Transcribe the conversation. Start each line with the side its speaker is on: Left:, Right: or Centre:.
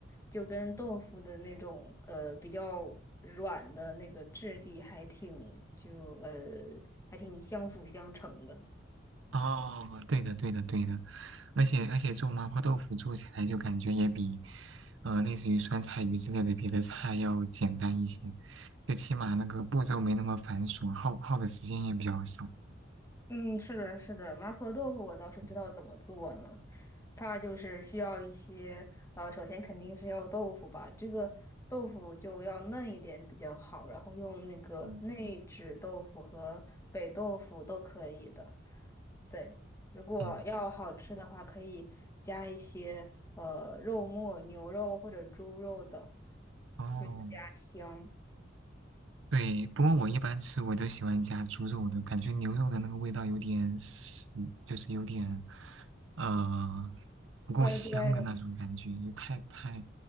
Left: 就跟豆腐的那种呃比较软的那个质地还挺就呃还挺相辅相成的。
Right: 哦，对的对的对的，而且而且做麻婆豆腐做起来就感觉也比，呃，类似于酸菜鱼之类的别的菜要简单一些，最起码那个步骤没那么繁琐，耗耗的时间也比较少。
Left: 嗯，是的，是的，麻婆豆腐我倒是知道怎么做呢。
Right: 嗯
Left: 它就是需要一些，呃，首先肯定是要豆腐吧，这个豆腐就要嫩一点比较好，然后用那个内酯豆腐和北豆腐都可以的。
Right: 嗯
Left: 对，如果要好吃的话，
Right: 嗯。嗯
Left: 可以加一些呃肉末、牛肉或者猪肉的，
Right: 哦，
Left: 会更加香。
Right: 对，不过我一般吃我都喜欢加猪肉的，感觉牛肉的那个味道有点死，就是有点呃不够香的那种感觉，
Left: 外国人的。
Right: 也太太